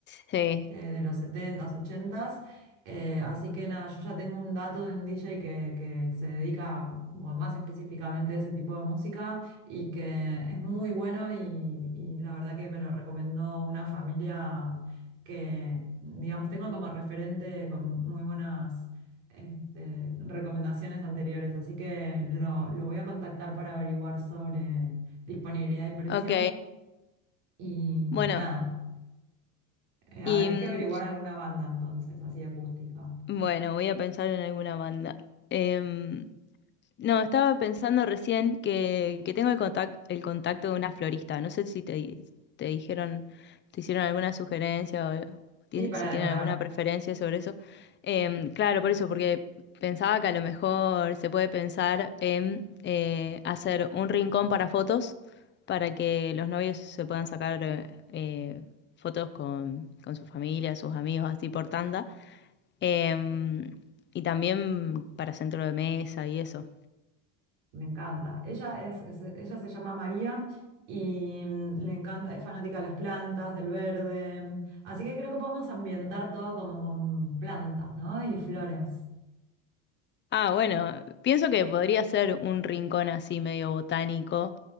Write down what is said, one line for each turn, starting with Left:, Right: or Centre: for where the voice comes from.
Left: sí.
Right: eh, de los setentas ochentas Eh, así que nada, yo ya tengo un dato de un DJ que, que se dedica como más específicamente a ese tipo de música y que es muy bueno y, y la verdad que me lo recomendó una familia que, digamos, tengo como referente con muy buenas este, recomendaciones anteriores. Así que lo, lo voy a contactar para averiguar sobre disponibilidad y precio.
Left: Ok,
Right: Y
Left: bueno,
Right: nada. Eh, a
Left: y
Right: ver, hay
Left: mm,
Right: que averiguar alguna banda entonces, así acústica.
Left: bueno, voy a pensar en alguna banda. Em, No, estaba pensando recién que, que tengo el contacto, el contacto de una florista. No sé si te, di- te dijeron, te hicieron alguna sugerencia o ti-
Right: Sí, para
Left: si
Right: decorar.
Left: tienen alguna preferencia sobre eso. Em, claro, por eso, porque pensaba que a lo mejor se puede pensar en eh, hacer un rincón para fotos para que los novios se puedan sacar eh, eh, fotos con, con su familia, sus amigos, así por tanda. Em, y también para centro de mesa y eso.
Right: Me encanta. Ella es, es- ella se llama María y mm, le encanta, es fanática de las plantas, del verde. Así que creo que podemos ambientar todo como con plantas, ¿no? Y flores.
Left: Ah, bueno, pienso que podría ser un rincón así medio botánico,